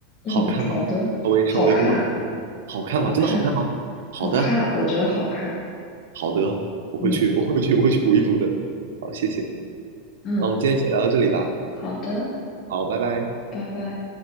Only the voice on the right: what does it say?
好看吗？
稍微稍微跟我讲一讲，
好看吗？
真的好看吗？好的，
好的，我会去，
我会去，我会去补一补的。好，谢谢你。
那我们今天先聊到这里吧。
好，拜拜。